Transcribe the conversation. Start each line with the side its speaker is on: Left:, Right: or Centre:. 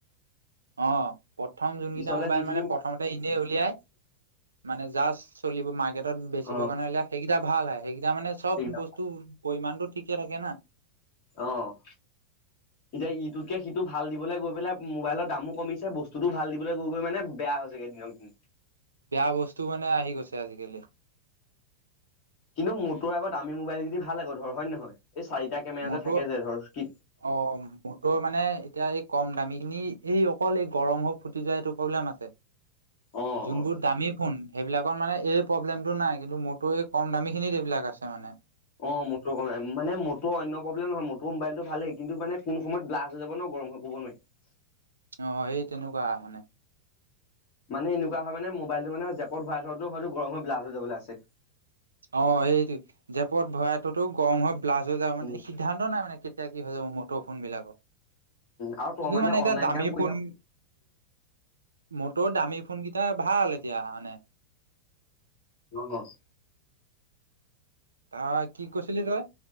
Right: অ', প্ৰথম যোনকেইটা
Left: পিছলে
Right: মোবাইল
Left: যিখিনি
Right: মানে প্ৰথমতে এনে উলিয়াই মানে জাষ্ট চলিব মাৰ্কেটত বেচিবৰ
Left: অ
Right: কাৰণে উলিয়াই সেই ভাল হয় সেইকেইটা মানে চব
Left: সেইকেইটা
Right: বস্তুৰ পৰিমানটো ঠিকে থাকে না।
Left: অ'। এতিয়া ইটোতকে সিটো ভাল দিবলৈ গৈ পেলাই মোবাইলৰ দামো কমিছে বস্তুতটো ভাল দিবলৈ গৈ-গৈ মানে বেয়া হৈছে গে দিনক দিন।
Right: বেয়া বস্তু মানে আহি গৈছে। আজিকালি
Left: কিন্তু মতৰ আকো দামি মোবাইল খিনি ভাল আকৌ ধৰ হয় নে নহয়? এই চাৰিটা কেমেৰা
Right: মটোৰ
Left: যে থাকে যে ধৰ কি
Right: অ মটোৰ মানে এতিয়া এই কম দামী খিনি এই অকল এই গৰম হ ফুটি যোৱা এইটো প্ৰব্লেম আছে
Left: অ
Right: যোনবোৰ
Left: অ
Right: দামী ফোন সেইবিলাকৰ মানে এই প্ৰব্লেমটো নাই কিন্তু মোৰতো এই কম দামীখিনিত এইবিলাক আছে মানে।
Left: অ মটৰ ক মানে মৰ অন্য প্ৰব্লেম নহয় মটৰ মোবাইলটো ভালেই কিন্তু মানে কোন সময়ত ব্লাষ্ট হৈ যাব ন <unintelligible> মই কব নোৱাৰি। <unintelligible>
Right: অ সেই তেনেকুৱা মানে
Left: মানে এনেকুৱা হয় মানে মোবাইলটো মানে জেপত ভৰাই থো হয়ো গৰম হৈ ব্লাষ্ট হৈ যাবলৈ আছে।
Right: অ সেইটো জেপত ভৰাইথৌতেও গৰম হয়। <unintelligible> প্লাছ হৈ যাব মানে
Left: উম,
Right: সিদ্ধান্ত নাই মানে কেতিয়া কি হৈ যাব মটৰ ফোন বিলাকৰ <unintelligible>
Left: আৰু তই
Right: কিন্তু মানে
Left: অনলাইন
Right: এতিয়া দামী
Left: কাম কৰি
Right: ফোন
Left: থাক
Right: মটৰ দামী ফোন কেইটা ভাল এতিয়া মানে <unintelligible>
Left: মানে <unintelligible>
Right: ত কি কৰিছিলি তই?